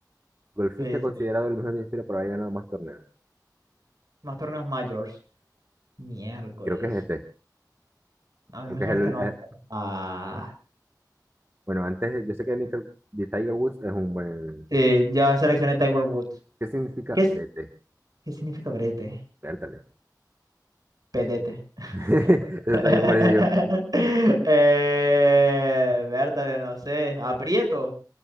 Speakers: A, on the right; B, on the right.
A: Golfista
B: Sí,
A: considerado
B: sí.
A: el mejor de la historia por haber ganado más torneos.
B: Más torneos mayores. Miércoles.
A: Creo que es este.
B: A mí
A: Creo
B: me
A: que
B: suena
A: es el,
B: este nombre.
A: eh,
B: Ah,
A: bueno, antes, yo sé que Nickel, de Tiger Woods es un buen...
B: sí, ya seleccioné Tiger Woods.
A: ¿Qué significa
B: ¿Qué, es-
A: brete?
B: qué significa brete?
A: Pértale.
B: Pedete.
A: <laughs> Eso
B: <laughs>
A: también por eso yo.
B: eh, Bertale, no sé. ¿Aprieto?